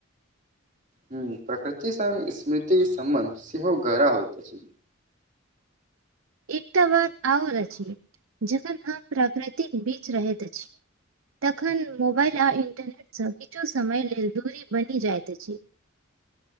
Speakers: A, on the right; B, on the right.
A: हूँ प्रकृति संग स्मृतिक सम्बन्ध सेहो गहरा होइत अछि
B: एकटा बाद आओर अछि जखन हम प्राकृतिक बीच रहैत अछी तखन मोबाल आ इंटरनेटसँ किछु समय लेल दूरी बनि जाइत अछि